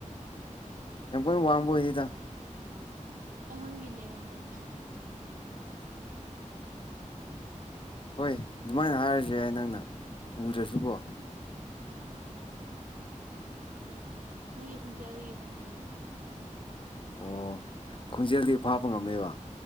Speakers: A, on the left (about 40°); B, on the right (about 80°).
A: ꯌꯥꯝ ꯀꯥꯟ ꯋꯥꯡꯕ ꯑꯣꯏꯗꯦꯗ
B: ꯑꯩꯉꯣꯟꯗꯒꯤ ꯅꯦꯝꯃꯝꯒꯅꯤ
A: ꯍꯣꯏ ꯑꯗꯨꯃꯥꯏꯅ ꯍꯥꯏꯔꯖꯨ ꯌꯥꯏ ꯅꯪꯅ ꯎꯗꯔꯁꯨ ꯀꯣ
B: ꯑꯥ ꯅꯪꯒꯤ ꯈꯣꯡꯖꯦꯜꯗꯒꯤ ꯈꯪꯉꯦꯕ
A: ꯑꯣ ꯈꯣꯡꯖꯦꯜꯗꯒꯤ ꯐꯥꯕ ꯉꯝꯃꯦꯕ